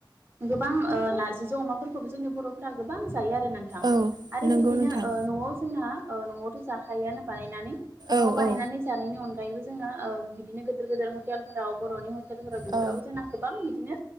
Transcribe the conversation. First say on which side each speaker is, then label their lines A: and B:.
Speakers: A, on the right (about 25°); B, on the right (about 50°).
A: गोबां ओ नारजिजों अमाफोरखौबो जोंनि बर'फोरा गोबां जायो आरो ना नों थां
B: औ
A: आरो
B: नंगौ
A: बिदिनो
B: नोंथां
A: ओ न'आव जोंना ओ न'आवथ' जाखायोआनो बानायनानै न'आव
B: औ
A: बानायनानै
B: औ
A: जानायनि अन गायैबो जोंङो ओ बिदिनो गिदिर गिदिर हटेलफोराव बर'नि हटेलफोराव बेफोरावबो
B: औ
A: जोंना गोबां बिदिनो